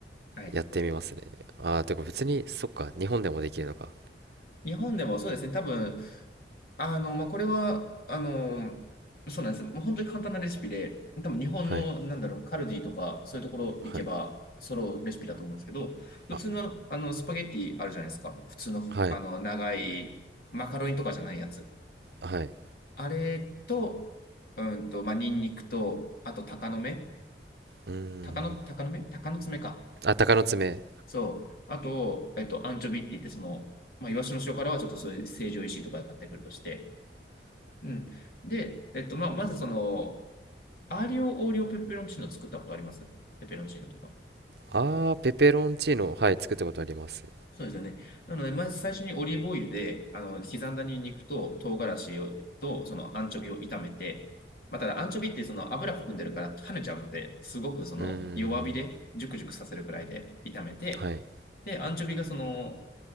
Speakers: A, on the left (about 55°); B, on the right (about 65°).
A: はい。
B: やってみますね。ああ、てか別に、そっか。日本でもできるのか。
A: 日本でもそうですね。多分、あの、まあ、これは、あの、そうなんですよ。もう本当に簡単なレシピで、多分日本の、
B: はい。
A: なんだろう、カルディとか、そういうところ行けば、
B: はい。
A: 揃うレシピだと思うんですけど、普通の、
B: あ、
A: あの、スパゲッティあるじゃないですか。普通の、
B: はい。
A: あの、長い、マカロニとかじゃないやつ。
B: はい。
A: あれと、うんと、まあ、ニンニクと、あと、鷹の目
B: うーん。
A: 鷹の、鷹の目鷹の爪か。
B: あ、鷹の爪。
A: そう。あと、えっと、アンチョビって言って、その、まあ、イワシの塩辛はちょっとそういう成城石井とかで買ってくるとして、うん。で、えっと、まあ、まずその、アーリオオーリオペペロンチーノ作ったことありますペペロンチーノとか。
B: ああペペロンチーノ。はい、作ったことあります。
A: そうですよね。なので、まず最初にオリーブオイルで、あの、刻んだニンニクと唐辛子をと、そのアンチョビを炒めて、まあ、ただアンチョビってその油含んでるから跳ねちゃうので、すごくその弱火でジュクジュクさせるくらいで炒めて、
B: うーん。はい。
A: で、アンチョビがその、